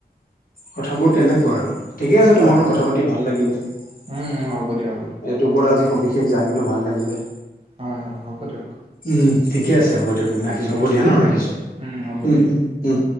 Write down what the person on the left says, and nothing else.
কথাবোৰ তেনেকোৱা আৰু ঠিকে আছে তোমাৰ
লগত
কথা পাতি ভাল লাগিলে গ্ৰুপত
আজি সবিশেষ জানিলো, ভাল লাগিলে।
উম, ঠিকে আছে হ'ব দিয়ক ৰাখিছো
হ'ব দিয়া ন
ৰাখিছো
উম
উম উম